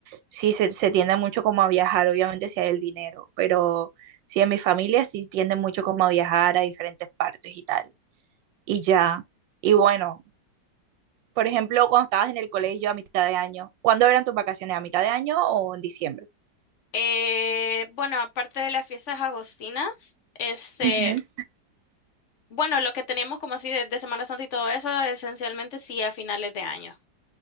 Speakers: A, on the right (about 80°); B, on the left (about 60°).
A: sí se, se tiende mucho como a viajar, obviamente si hay el dinero, pero sí en mi familia sí tiende mucho como a viajar a diferentes partes y tal. Y ya. Y bueno, por ejemplo, cuando estabas en el colegio a mitad de año, ¿cuándo eran tus vacaciones? ¿A mitad de año o en diciembre?
B: Eh, bueno, aparte de las fiestas agostinas, este...
A: Ujú.
B: Bueno, lo que teníamos como así de, de Semana Santa y todo eso, esencialmente sí a finales de año.